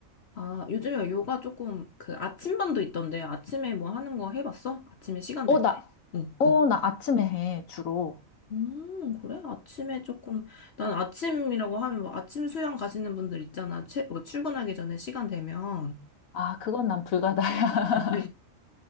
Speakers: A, on the left; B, on the left.
A: 아, 요즘에 요가 조금 그 아침반도 있던데 아침에 뭐 하는 거 해봤어? 아침에 시간
B: 어,
A: 될 때?
B: 나,
A: 응,
B: 어,
A: 응.
B: 나 아침에 해, 주로.
A: 음, 그래? 아침에 조금, 난 아침이라고 하면 뭐 아침 수영 가시는 분들 있잖아. 채, 뭐 출근하기 전에 시간 되면.
B: 아, 그건 난 불가다야.
A: <laughs>